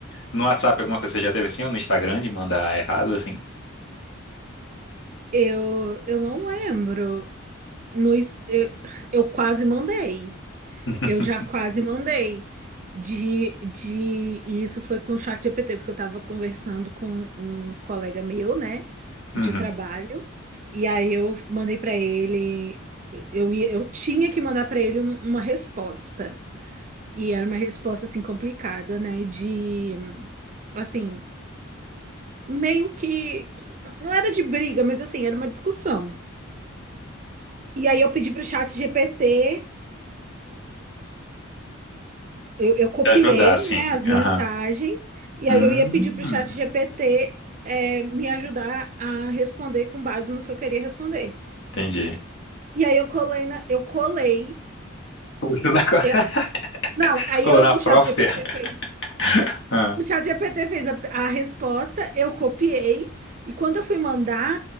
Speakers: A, on the left; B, on the right.
A: No WhatsApp, alguma coisa você já teve assim, ou no Instagram de mandar errado, assim?
B: Eu, eu não lembro. No, es- eu, eu quase mandei.
A: <laughs>
B: Eu já quase mandei de, de e isso foi com o chat GPT porque eu estava conversando com um colega meu, né, de
A: Uhum.
B: trabalho, e aí eu mandei para ele, eu, ia- eu tinha que mandar para ele um- uma resposta. E era uma resposta assim complicada, né, de assim, meio que, que não era de briga, mas assim, era uma discussão. E aí eu pedi para o chat GPT eu, eu copiei,
A: Te ajudar, assim.
B: né, as mensagens,
A: Aham.
B: e
A: Hum,
B: aí eu ia pedir para o chat GPT é, me ajudar a responder com base no que eu queria responder.
A: entendi.
B: E aí eu colei, na- eu colei.
A: Puxa, na co- <laughs>
B: eu- não, aí
A: colou
B: eu-
A: na
B: o
A: própria.
B: chat GPT fez.
A: <laughs> Ah.
B: O chat GPT fez a, a resposta, eu copiei, e quando eu fui mandar.